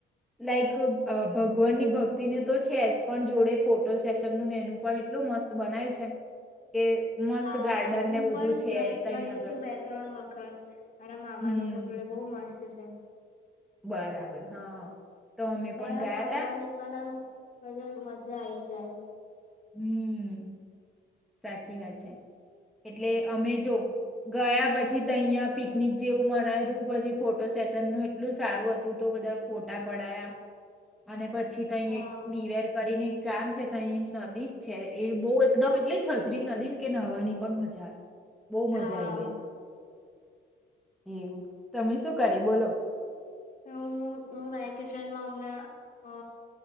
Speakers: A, in the centre; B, on the left.
A: લાઈક અ ભગવાનની ભ ન તો છે જ પણ જોડે ફોટો સેશનનું એનું પણ એટલું મસ્ત બનાય છે કે મસ્ત
B: હા
A: ગાર્ડન
B: હું
A: ને બધું
B: પણ
A: છે
B: ગઇ
A: તહીં
B: ગઈ
A: આગળ
B: છું બે ત્રણ વખત મારા મામા
A: હમ
B: લોકો જોડે બહુ મસ્ત છે.
A: બરાબર. હા. તો અમે
B: ત્યાં
A: પણ ગયા
B: ફરવાની
A: તા
B: પણ આમ બજા મજા આઈ જાય.
A: હમ સાચી વાત છે એટલે અમે જો ગયા પછી તો અયા પિકનિક જેવું મનાવ હતું પછી ફોટો સેશન નું એટલું સારું હતું તો બધા ફોટા પડાયા અને પછી તહી
B: હા
A: એક દડીવેર કરીને ગામ છે તહી નદી છે એ બહુ એકદમ એટલે છજરી નદી ને કે નહવાની પણ મજા બહુ મજા
B: હા
A: આઈ ગઈ હતી એવું તમે શું કરી બોલો
B: હું હું વેકેશનમાં હમણાં અ